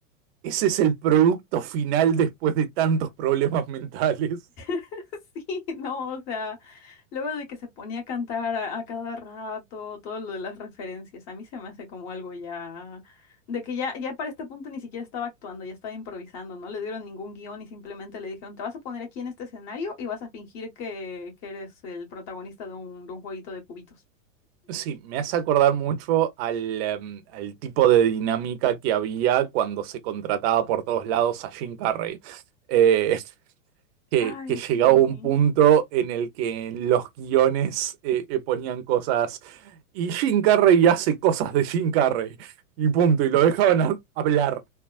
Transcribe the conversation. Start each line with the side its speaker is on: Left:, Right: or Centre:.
Right: Ese es el producto final después de tantos problemas mentales.
Left: <laughs> Sí, no, o sea. Luego de que se ponía a cantar a, a cada rato, todo lo de las referencias, a mí se me hace como algo ya, de que ya, ya para este punto ni siquiera estaba actuando, ya estaba improvisando, no le dieron ningún guión y simplemente le dijeron, te vas a poner aquí en este escenario y vas a fingir que, que eres el protagonista de un, de un jueguito de cubitos.
Right: Sí, me hace acordar mucho al, em, al tipo de dinámica que había cuando se contrataba por todos lados a Jim Carrey. Eh, <laughs> que,
Left: Ay,
Right: que llegaba
Left: sí.
Right: un punto en el que en los guiones eh, eh, ponían cosas y Jim Carrey hace cosas de Jim Carrey y punto, y lo dejaban a- hablar